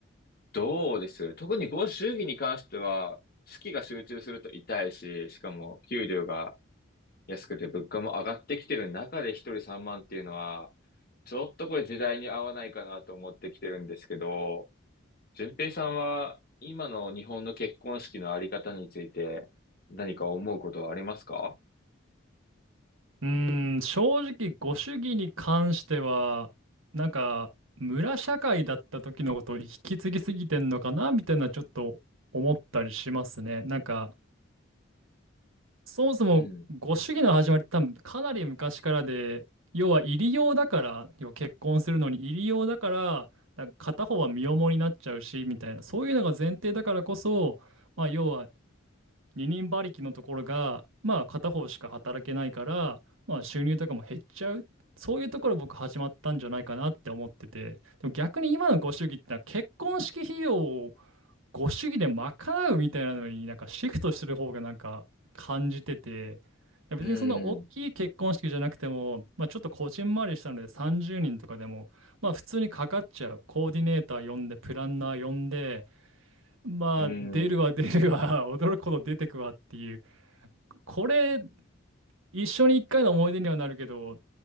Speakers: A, on the left; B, on the right.
A: どうです特にご祝儀に関しては、資金が集中すると痛いし、しかも給料が安くて物価も上がってきてる中で一人三万っていうのは、ちょっとこれ時代に合わないかなと思ってきてるんですけど、順平さんは今の日本の結婚式のあり方について何か思うことはありますか
B: うん、正直、ご主義に関しては、なんか、村社会だった時のことを引き継ぎすぎてんのかなみたいな、ちょっと思ったりしますね。なんか、そもそもご主義の始まりって多分かなり昔からで、
A: うん、
B: 要は入り用だから、要は結婚するのに入り用だから、なんか片方は身重になっちゃうし、みたいな、そういうのが前提だからこそ、まあ要は二人馬力のところが、まあ片方しか働けないから、まあ収入とかも減っちゃう。そういうところ僕始まったんじゃないかなって思ってて、でも逆に今のご主義ってのは結婚式費用をご主義で賄うみたいなのになんかシフトしてる方がなんか感じてて、いや別にそんな大きい結婚式じゃなくても、
A: うん、
B: まあ、ちょっとこじんまりしたので30人とかでも、まあ普通にかかっちゃう。コーディネーター呼んで、プランナー呼んで、まあ出るわ出るわ、
A: うん。
B: <laughs> 驚くほど出てくわっていう。これ、一緒に一回の思い出にはなるけど、